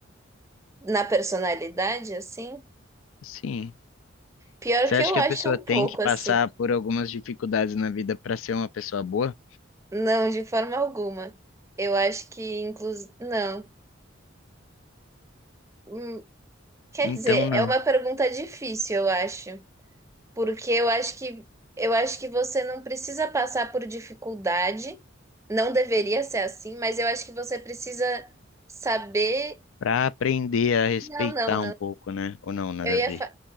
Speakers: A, on the right; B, on the left.
A: Na personalidade, assim?
B: Sim.
A: Pior
B: Você
A: que
B: acha
A: eu
B: que
A: acho
B: a pessoa
A: um
B: tem
A: pouco
B: que passar
A: assim.
B: por algumas dificuldades na vida para ser uma pessoa boa?
A: Não, de forma alguma. Eu acho que, inclusive. Não. Hum, Quer
B: Então
A: dizer,
B: não.
A: é uma pergunta difícil, eu acho. Porque eu acho que eu acho que você não precisa passar por dificuldade. Não deveria ser assim, mas eu acho que você precisa saber.
B: Para aprender a respeitar
A: Não, não, não.
B: um pouco, né? Ou não, nada
A: Eu ia,
B: a ver.
A: fa-